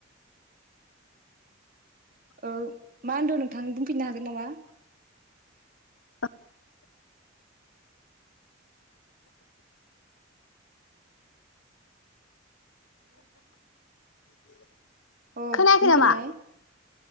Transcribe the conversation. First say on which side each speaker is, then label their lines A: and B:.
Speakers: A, on the right; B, on the left.
A: औ मा होनदों नोंथां बुंफिननो हागोन नामा।
B: औ। <unintelligible>
A: अ
B: खोनायाखै
A: बुंफिनलाय?
B: नामा